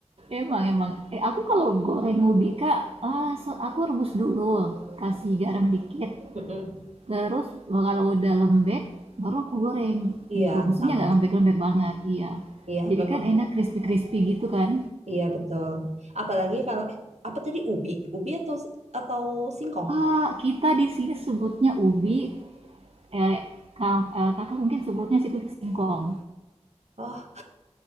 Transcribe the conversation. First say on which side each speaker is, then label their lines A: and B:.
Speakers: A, on the right (about 55°); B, on the right (about 75°).
A: emang emang. Eh, aku kalau goreng ubika, ah, se- aku rebus dulu, kasih garam dikit.
B: Mm-mm.
A: Terus kalau udah lembek, baru aku goreng
B: Iya,
A: gitu. Maksudnya
B: sama.
A: nggak lembek-lembek banget, iya.
B: Iya,
A: Jadi
B: memang.
A: kan enak crispy-crispy gitu kan.
B: Iya betul. Apalagi kalau eh, apa tadi ubi, ubi atau si-, atau singkong?
A: Ah, kita di sini sebutnya ubi, eh, ka- eh, kakak mungkin sebutnya situ singkong.
B: Oh,